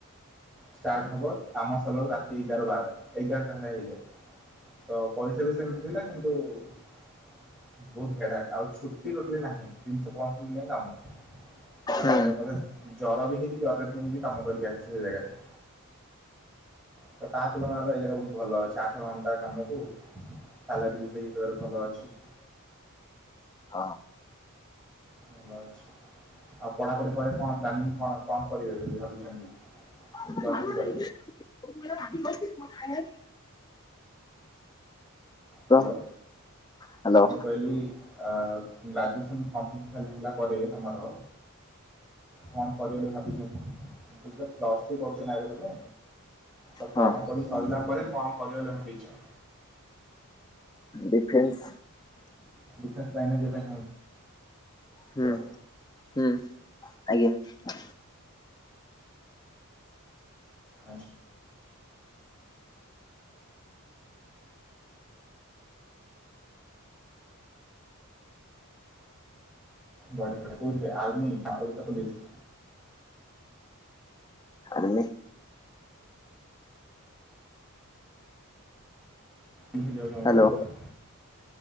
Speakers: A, in the centre; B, on the left.
A: ଷ୍ଟାର୍ଟ ହବ କାମ ସରିଲା ବେଳୁ ରାତି ଏଗାର ବାର ଏଗାରଟା <unintelligible> ହେଇଯାଏ। ତ ପଇସା ବି ସେମିତି ଥିଲା। କିନ୍ତୁ ବୋହୁତ ହାର୍ଡ ୱାର୍କ ଆଉ ଛୁଟି ଟୋଟାଲି ନାହିଁ ତିନିଶହ ପଁଷଠି ଦିନ କାମ। ମାନେ
B: ହୁଁ
A: ଧର ଜ୍ୱର ବି ହେଇଛି ଜରରେ ଯାଇକି କାମ କରିକି ଆସ ସେ ଜାଗାରେ। ତ ତା ତୁଳନାରେ ଏଇ ଜାଗା ବୋହୁତ ଭଲ ଅଛି। ଆଠ ଘଣ୍ଟା କାମକୁ ସାଲାରୀ ବି ସେଇ ତୁଳନାରେ ଭଲ ଅଛି।
B: ହଁ
A: ଭଲ ଅଛି। ଆଉ ପଢାଊପଢି ପରେ କଣ ପ୍ଲାନିଂ କଣ କଣ କରିବେ ବୋଲି ଭାବିଛନ୍ତି?
B: <unintelligible>
A: ପ୍ଲସ୍ ଥ୍ରୀ ପରେ
B: <unintelligible> <unintelligible> ତ
A: ହାଲୋ
B: ହ୍ୟାଲୋ
A: ମୁଁ କହିଲି। ଆ ଗ୍ରାଜୁଏସନ କମ୍ପ୍ଲିଟ୍ ସରିଗଲା ପରେ ତମର। କଣ କରିବ ବୋଲି ଭାବିଛନ୍ତି? ତୁମେ ତ ପ୍ଲସ୍ ଥ୍ରୀ କରୁଛ ନା ଏବେ ତମେ ତ
B: ହଁ
A: ପଢାପଢି ସରିଲା ପରେ କଣ କରିବ ବୋଲି ଭାବି ଚ।
B: ଡିଫେନ୍ସ।
A: ଡିଫେନ୍ସ ଲାଇନ ଯିବା ପାଇଁ ଚାହୁଁ
B: ହୁଁ
A: ଚ।
B: ହୁଁ। ଆଜ୍ଞା।
A: ଆଛା। ବଢ଼ିଆ ବଢିଆ କୋଉଥିରେ ଆର୍ମି ନା ଓଡିଶା ପୋଲିସ।
B: ଆର୍ମି
A: କୋଉ ଥିରେ ଜିବାକୁ ଚାହୁଁଛନ୍ତି।
B: ହ୍ୟାଲୋ